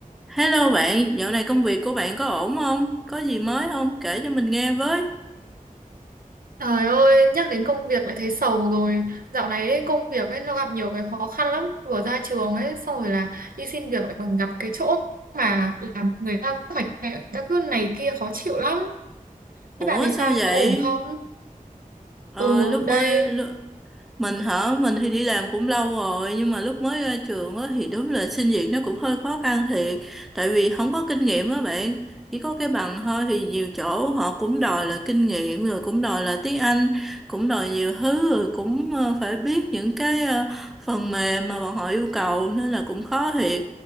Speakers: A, in the centre; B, on the right.
A: Hello bạn, dạo này công việc của bạn có ổn không? Có gì mới không? Kể cho mình nghe với.
B: Trời ơi, nhắc đến công việc lại thấy sầu rồi. Dạo này ấy, công việc ấy nó gặp nhiều cái khó khăn lắm. Vừa ra trường ấy, xong rồi là đi xin việc lại còn gặp cái chỗ mà làm người ta hoạch hoạch, người ta cứ này kia khó chịu lắm.
A: Ủa
B: Thế bạn thì
A: sao
B: sao? Bạn
A: vậy?
B: có ổn không?
A: Ờ,
B: Ừ,
A: lúc mới
B: đây.
A: lu- mình hả mình thì đi làm cũng lâu rồi nhưng mà lúc mới ra trường á thì đúng là xin việc nó cũng hơi khó khăn thiệt tại vì không có kinh nghiệm á bạn chỉ có cái bằng thôi thì nhiều chỗ họ cũng đòi là kinh nghiệm rồi cũng đòi là tiếng Anh cũng đòi nhiều thứ rồi cũng ờ, phải biết những cái ờ, phần mềm mà bọn họ yêu cầu nên là cũng khó thiệt